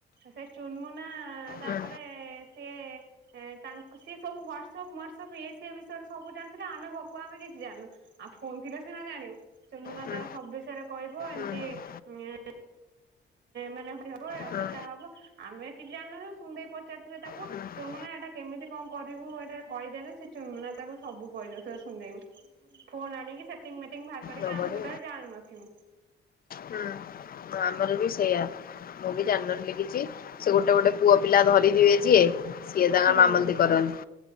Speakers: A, on the right; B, on the left.
A: ସେଇ ଚୁନ୍ ମୁନା ତାପରେ
B: ହୁଁ
A: ସିଏ ଏ ତାଙ୍କୁ ସି ସବୁ ହ୍ୱାଟସଆପ୍ ମ୍ୱାଟସଆପ୍ ଇଏ ସିଏ ବିଷୟରେ ସବୁ ଜାଣିଥିଲା ଆମେ ଭକୁଆ ଆମେ କିଛି ଜାଣିନୁ। ଆମ ଫୋନ୍ ଥିଲେ ସିନା ଜାଣିବୁ। ଚୁନମୁନା
B: ହୁଁ
A: ତାର ସବୁ ବିଷୟରେ କହିବ ଏମିତି
B: ହୁଁ
A: ଏ ମାନେ <unintelligible>
B: ହୁଁ
A: ସେଟା ହବ। ଆମେ କିଛି ଜାଣିନଥିଲୁ ସୁନି ଦେଈ ପଚାରିଥିବେ ତାକୁ
B: ହୁଁ
A: ଚୁନମୁନା ଏଇଟା କେମିତି କଣ କରିବୁ ଏଇଟା କହିଦେନି ସେ ଚୁନମୁନା ତାକୁ ସବୁ କହିଦେଉଥିବା ସୁନି ଦେଈ କୁ। ଫୋନ ଆଣିକି ସେଟିଙ୍ଗ ମେଟିଙ୍ଗ ବାହାର କରିକି
B: ନବଢି
A: ଆମେ ଟୋଟାଲ୍ ଜାଣୁନଥିବୁ।
B: ହୁଁ। ଆମର ବି ସେୟା। ମୁଁ ବି ଜାଣିନଥିଲି କିଛି। ସେ ଗୋଟେ ଗୋଟେ ପୁଅ ପିଲା ଧରିଥିବେ ଯିଏ ସିଏ ତାଙ୍କର
A: ହୁଁ
B: ମାମଲତି କରନ୍ତି।